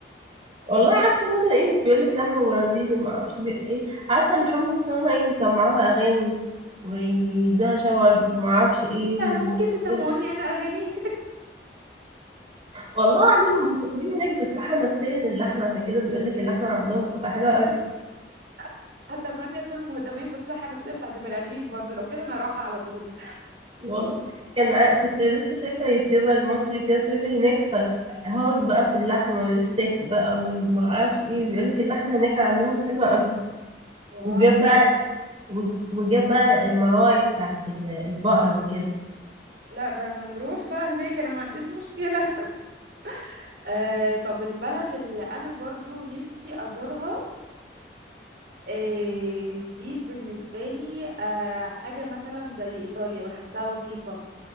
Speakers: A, on the right (about 35°); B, on the right (about 70°).
A: والله عارفه مثلا ايه مش بيقول لك لحمه بارازيتي ما اعرفش بي... ايه عارفه اللحوم ان هم ايه بيسمعوها اغاني ويدوها شاورما ما اعرفش ايه
B: انا
A: وكده
B: ممكن تسمعوني انا اغاني
A: والله العظيم مهتمين هناك بالصحه النفسيه للحمه عشان كده بيقول لك اللحمه عندهم بتبقى حلوه قوي
B: <laughs> اتمنى يكونوا مهتمين بالصحه النفسيه بتاعت البني ادمين برضه لو كده انا هروحها على طول
A: والله كان ع... كنت لسه شايفه يوتيوبر مصري كده سافر هناك فهوس بقى في اللحمه والستيك بقى والمعرفش ايه بيقول لك اللحمه هناك عندهم حلوه قوي
B: واو
A: وجاب بقى وجاب بقى المراعي بتاعت ال- البقر وكده
B: لا ده انا نروح بقى هناك انا ما عنديش مشكلة <laughs> آه طب البلد اللي انا برضو نفسي ازورها آه دي بالنسبة لي آه حاجة مثلا زي ايطاليا بحسها لطيفة